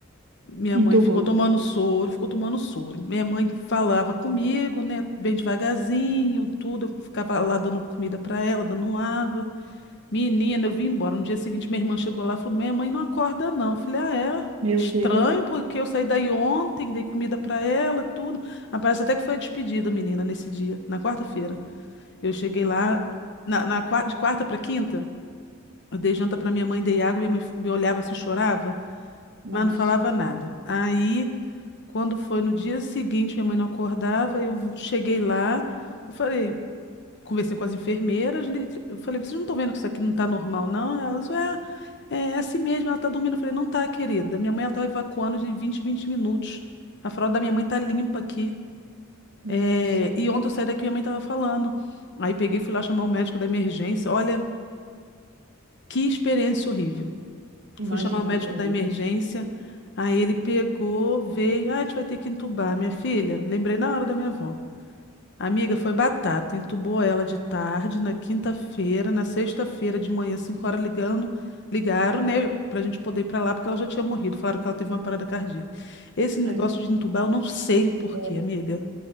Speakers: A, on the left; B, on the right.
A: minha mãe
B: entubou.
A: ficou tomando soro, ficou tomando soro. Minha mãe falava comigo, né, bem devagarzinho, tudo. Eu ficava lá dando comida para ela, dando água. Menina, eu vim embora. No dia seguinte, minha irmã chegou lá e falou: Minha mãe não acorda, não. Eu falei: Ah, é?
B: Meu
A: Estranho,
B: Deus,
A: porque eu saí daí ontem, dei comida pra ela, tudo. Ah, Parece até que foi a despedida, menina, nesse dia, na quarta-feira. Eu cheguei lá, na, na qua- de quarta pra quinta, eu dei janta pra minha mãe, dei água, minha mãe f- me olhava assim, chorava,
B: nossa,
A: mas não falava nada. Aí, quando foi no dia seguinte, minha mãe não acordava, eu cheguei lá, eu falei conversei com as enfermeiras, né, eu falei, vocês não estão vendo que isso aqui não está normal, não? Elas, é, é é assim mesmo, ela está dormindo. Eu falei, não tá, querida. Minha mãe ela estava evacuando de 20 em 20 minutos. A fralda da minha mãe tá limpa aqui.
B: nossa,
A: É, e ontem eu saí daqui, minha mãe estava falando. Aí peguei e fui lá chamar o médico da emergência. Olha, que experiência horrível.
B: imagino,
A: Fui chamar o médico
B: é horrível.
A: da emergência. Aí ele pegou, veio, ah, a gente vai ter que entubar, minha filha. Lembrei na hora da minha avó. Amiga, foi batata. Entubou ela de tarde, na quinta-feira, na sexta-feira de manhã, 5 horas ligando, ligaram, né, pra gente poder ir pra lá, porque ela já tinha morrido. Falaram que ela teve uma parada cardíaca. Esse negócio
B: É,
A: de entubar, eu não sei o porquê,
B: é.
A: amiga.